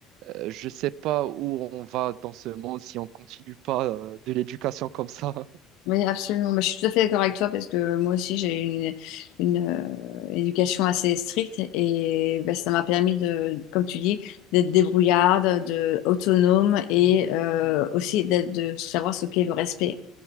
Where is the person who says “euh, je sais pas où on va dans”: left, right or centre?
Right